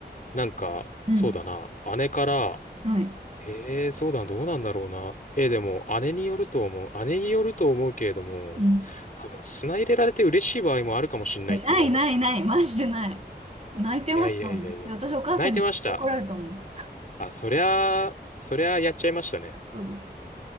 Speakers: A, on the left; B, on the right.
A: なんか、
B: うん
A: そうだな。姉から、
B: はい。
A: ええ、そうだ、どうなんだろうな。えー、でも、姉によると思う。姉によると思うけれども、
B: うん。
A: 多分、砂入れられて嬉しい場合もあるかもしれないって今思って。
B: いや、ないないない、マジでない。泣いてましたもん。
A: いやいやいやいや。
B: で、私お母さんに絶対怒られたもん。
A: 泣いてました。あ、そりゃ、そりゃやっちゃいましたね。
B: そうです。